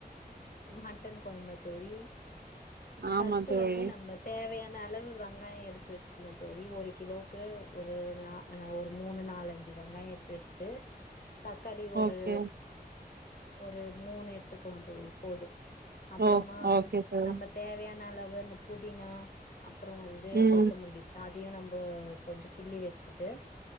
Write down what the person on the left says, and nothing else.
மட்டன் கொழம்பா தோழி
ஃபஸ்டு
வந்து நம்ம தேவயான அளவு வெங்காயோ எடுத்து எத்து வச்சுக்கணு தோழி ஒரு கிலோக்கு ஒரு நா ஒரு மூனு நாலஞ்சு வெங்காய எடுத்து வச்சுட்டு தக்காளி
ஒரு ஒரு மூனு எத்துக்கலா தோழி போதும் அப்றமா
நம்ம தேவயான அதன அளவு இந்த புதினா அப்றோ வந்து
கொத்தமல்லி அதையு நம்ப கொஞ்சோ கிள்ளி வச்சுட்டு